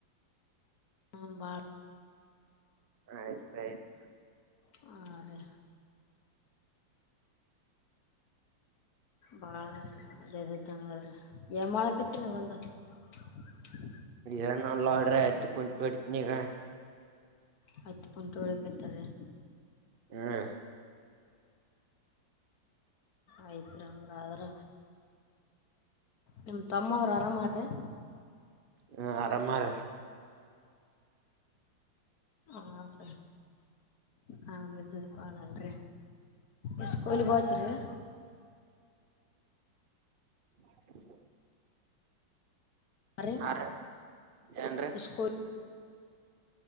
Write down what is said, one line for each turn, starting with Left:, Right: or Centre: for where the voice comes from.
Left: ಹ ಬಾರ
Right: ಆಯ್ತಾಯಯ್ತು
Left: ಹಾ ರೀ ಭಾಳ ಇದದ ಇದ್ದಂಗದ್ರೆ ಏನ್ ಮಾಡ್ಕೈತಿರಿ ನೀವಲ್ದ ಓಕೆ ಕೆ
Right: ಏನ ಇಲ್ಲಾ ನೋಡ್ರಿ ಹತ್ತಿ ಕುಂಟು ಬಿಡ್ತನಿ ಈಗ
Left: ಹತ್ತಿ ಕುಂತಿ ಹೊಡಿ ಕಟ್ಟಿರಿ
Right: ಹ್ಮ್
Left: ಆಯ್ತ್ರಿಂಗ್ರ್ರ ನಿಮ್ಮ್ ತಮ್ಮ ಅವ್ರು ಆರಾಮಾರ್ರಿ
Right: ಹ್ಮ ಆರಾಮಾರ
Left: ಹದೆ ಹಾ ಬಿದ್ದುದೀ ಪಾಳಲ್ರಿ ಎ ಸ್ಕೂಲ್ಗ ಹೋಯ್ತ್ರಿರಿ
Right: ಹಮ್
Left: ಹಾ ರೀ
Right: ಆ ಏನ್ರೆ
Left: ಸ್ಕೂಲ್